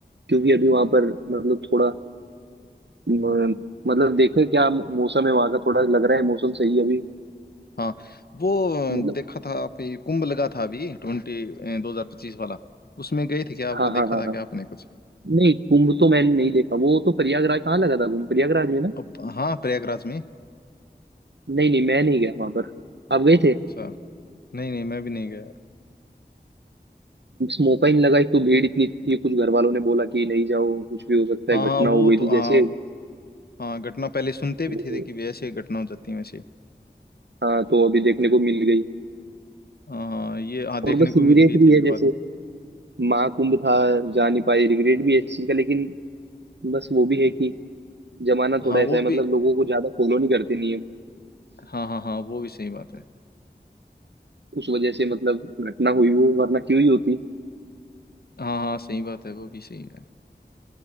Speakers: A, on the right; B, on the left.
A: क्योंकि अभी वहां पर मतलब थोड़ा म- मतलब देखो क्या मौसम है वहां का थोड़ा लग रहा है मौसम सही है अभी
B: हाँ वो
A: मतलब
B: देखा था आपने कुंभ लगा था अभी ट्वेंटी दो हजार पच्चीस वाला उसमें गए थे क्या
A: हाँ
B: वो
A: हाँ
B: देखा
A: हाँ
B: था क्या आपने कुछ
A: नहीं कुंभ तो मैंने नहीं देखा वो तो प्रयागराज कहाँ लगा था कुंभ प्रयागराज में ना
B: अब हाँ प्रयागराज में
A: नहीं नहीं मैं नहीं गया वहां पर आप गए
B: अच्छा
A: थे
B: नहीं नहीं मैं भी नहीं गया यार
A: मौका ही नहीं लगा एक तो भीड़ इतनी थी कुछ घर वालों ने बोला कि नहीं जाओ कुछ भी हो सकता
B: हाँ
A: है घटना
B: हाँ वो
A: हो गई
B: तो
A: थी
B: हाँ
A: जैसे
B: हाँ घटना पहले सुनते भी
A: वो-
B: थे, थे कि भी ऐसे घटना हो जाती है वैसे
A: हाँ तो अभी देखने को मिल गई
B: हाँ हाँ, ये हाँ देखने
A: और बस
B: को
A: रिग्रेट
B: मिल गई
A: भी
B: थी फिर
A: है जैसे
B: बाद में
A: महाकुंभ था जा नहीं पाई रिग्रेट भी है इस चीज का लेकिन बस वो भी है कि जमाना थोड़ा
B: हाँ
A: ऐसा
B: वो
A: है
B: भी
A: मतलब लोगों को ज्यादा फॉलो नहीं करते नियम
B: हाँ हाँ हाँ वो भी सही बात है
A: उस वजह से मतलब घटना हुई वो वरना क्यों ही होती
B: हाँ हाँ सही बात है वो भी सही है